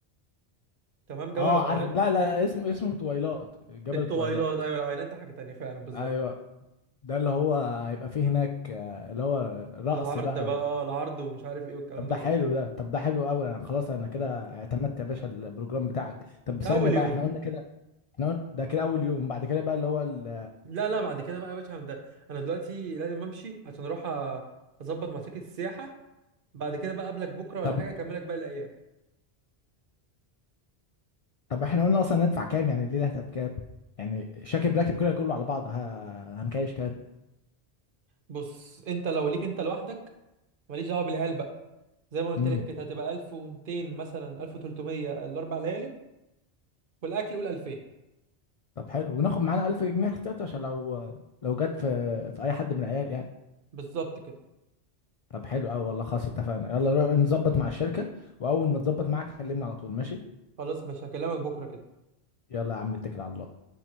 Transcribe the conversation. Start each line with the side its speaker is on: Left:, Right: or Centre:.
Right: تمام جبل
Left: اه
Right: العوينات
Left: عارف لا لا لا، اسمه اسمه تويلات جبل
Right: التويلات
Left: التويلات
Right: ايوه العوينات ده حاجه تانيه فعلا بالظبط
Left: ايوه ده اللي هو هيبقى فيه هناك آه، اللي هو رقص
Right: العرض
Left: بقى
Right: بقى اه
Left: و...
Right: العرض ومش عارف ايه والكلام
Left: طب
Right: ده
Left: ده
Right: كله
Left: حلو ده طب ده حلو قوي انا خلاص انا
Right: آه.
Left: كده اعتمدت يا باشا البروجرام بتاعك طب
Right: ده
Left: ثانية
Right: اول
Left: بقى
Right: يوم
Left: احنا قلنا كده احنا قلنا ده كده اول يوم بعد كده بقى اللي هو ال...
Right: لا لا بعد كده بقى يا باشا ده انا دلوقتي لازم امشي عشان اروح أ- اظبط مع شركه السياحه بعد كده بقى قابلك بكره ولا
Left: طب
Right: حاجه اكملك باقي الايام
Left: طب احنا قلنا اصلا هندفع كام يعني الليلة هتبقى كام يعني شاكب راكب كده كله على بعض ه... هنكايش كام
Right: بص انت لو ليك انت لوحدك ماليش دعوه بالعيال بقى زي ما قلت
Left: امم
Right: لك كده هتبقى 1200 مثلا 1300 الاربع ليالي والاكل قول 2000
Left: طب حلو وناخد معانا 1000 جنيه احتياطي عشان لو لو جت في في اي حد من العيال يعني
Right: بالظبط كده
Left: طب حلو قوي والله خلاص اتفقنا يلا نروح نظبط مع الشركة واول ما تظبط معاك كلمني على طول ماشي
Right: خلاص مش هكلمك بكره كده
Left: يلا يا عم اتكل على الله